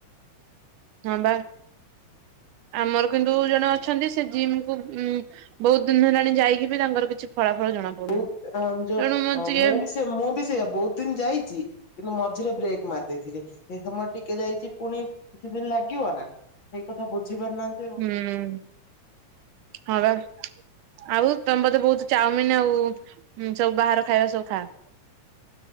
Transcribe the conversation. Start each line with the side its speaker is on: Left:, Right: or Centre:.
Right: ହଁ ବା ଆମର କିନ୍ତୁ ଜଣେ ଅଛନ୍ତି ସେ ଜିମକୁ ଉ ବହୁତ ଦିନ ହେଲାଣି ଯାଇକି ବି ତାଙ୍କର କିଛି ଫଳାଫଳ ଜଣା ପଡୁନି
Left: ବହୁ ଯ
Right: ତେଣୁ ଟିକେ
Left: ମୁଁ ବି ସେ ମୁଁ ବି ସେଇଆ ବହୁତ ଦିନ ଯାଇଛି କିନ୍ତୁ ମଝିରେ ବ୍ରେକ୍ ମାରିଦେଇଥିଲି। ସେଇ ସମୟ ଟିକେ ଯାଇଛି ପୁଣି କିଛି ଦିନ ଲାଗିବ ନା ସେଇ କଥା ବୁଝି ପାରିନାହାନ୍ତି।
Right: ହୁଁ ହଁ ବା। ଆଉ ତମେ ବତେ ବହୁତ ଚାଉମିନ ଆଉ ସବୁ ବାହାର ଖାଇବା ସବୁ ଖାଅ।